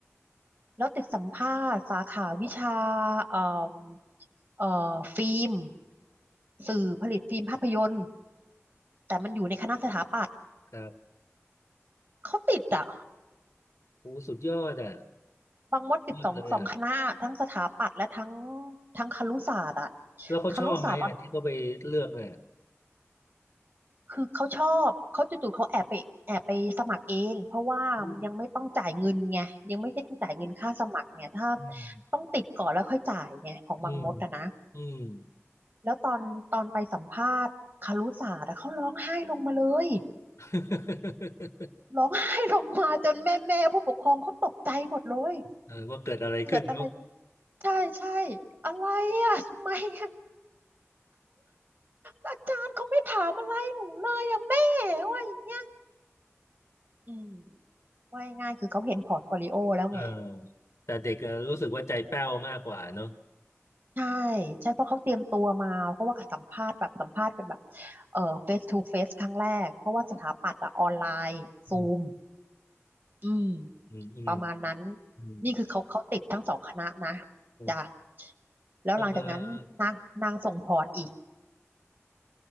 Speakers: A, on the right (about 45°); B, on the left (about 80°).
A: แล้วติดสัมภาษณ์สาขาวิชาเอ่อเอ่อฟิล์มสื่อผลิตฟิล์มภาพยนตร์แต่มันอยู่ในคณะสถาปัตย์
B: ครับ
A: เขาติดอ่ะ
B: โอ้สุดยอดอ่ะ
A: บางมดติดสองสองคณะทั้งสถาปัตย์และทั้ง
B: มากเลยอ่ะ
A: ทั้งครุศาสตร์อ่ะ
B: แล้วเขาชอบไหมอ่ะที่เขาไปเลือกเนี่ย
A: ครุศาสตร์ตอนคือเขาชอบเขาจู่ๆเขาแอบไปแอบไปสมัครเองเพราะว่ายังไม่ต้องจ่ายเงินไงยังไม่ได้ต้องจ่ายเงินค่าสมัครไงถ้า
B: อือืม
A: ต้องติดก่อนแล้วค่อยจ่ายไงของบางมดอะนะ
B: อืมอืมอืม
A: แล้วตอนตอนไปสัมภาษณ์คารุศาสตร์อะเขาร้องไห้ลงมาเลย
B: <laughs>
A: ร้องไห้ลงมาจนแม่แม่ผู้ปกครองเขาตกใจหมดเลย
B: เออว่าเกิดอะไรขึ้นเนอะ
A: เกิดอะไรขึ้นใช่ใช่อะไรอะทำไมอะอาจารย์เขาไม่ถามอะไรหนูเลยอะแม่ว่าอย่างเงี้ยอืมว่าง่ายๆคือเขาเห็นพอร์ตโฟลิโอแล้วไง
B: เออแต่เด็กอะรู้สึกว่าใจแป้วมากกว่าเนอะ
A: ใช่ใช่เพราะเขาเตรียมตัวมาเพราะว่าสัมภาษณ์แบบสัมภาษณ์กันแบบเอ่อเฟสทูเฟสครั้งแรกเพราะว่าสถาปัตย์อะออนไลน์ซูม
B: อืม
A: อืม
B: อืมอืม
A: ประมาณนั้น
B: อืม
A: นี่คือเขาเขาติดทั้งสองคณะนะ
B: โอ
A: จ้ะแล้วหลังจากนั้นนางนางส่งพอร์ตอีก
B: เออ